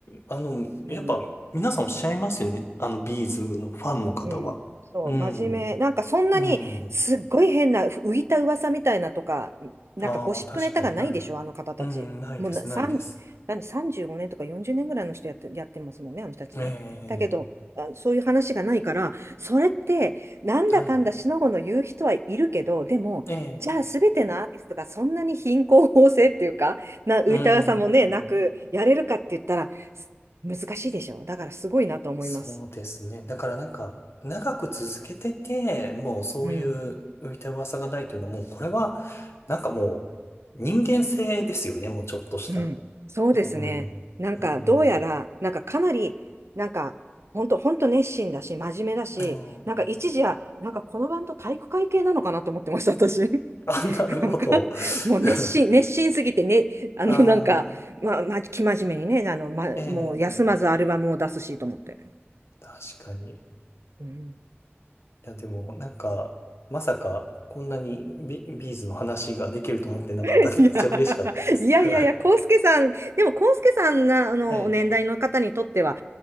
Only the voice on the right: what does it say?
えうん。
うん、そう、
真面目。なんかそんなにすっごい変な浮いた噂みたいなとか、
なんかゴシップネタがないでしょ、
あの方たち。
もうな、3、
何、35年とか40年ぐらいの人やって、やってますもんね、あの人たちね。
だけど、あ、そういう話がないから、それって、なんだかんだしのごの言う人はいるけど、
でも、
じゃあ全てのアーティストがそんなに貧困法制っていうか、な、浮いた噂もね、
なくやれるかって言ったら、す難しいでしょ。だからすごいなと思います。
うん。
うん、そうですね。
なんか、
どうやら、なんかかなり、なんか、本当本当熱心だし、真面目だし、
なんか一時は、なんかこのバンド体育会系なのかなと思ってました、私。<laughs>
なんか、
もう熱心、熱心すぎてね、あの、
なんか、まあ、まあ、生真面目にね、あの、ま、
もう休まずアルバムを出すしと思って。
うん
<laughs>
いや、いやいやいや、
康介さん、でも康介さんな、あの、
年代の方にとっては、